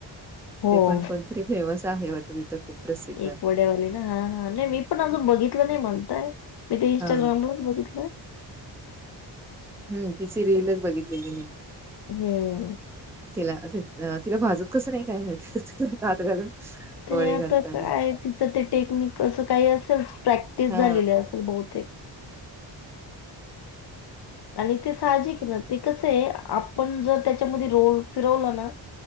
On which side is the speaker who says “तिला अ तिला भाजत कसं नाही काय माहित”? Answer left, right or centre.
Centre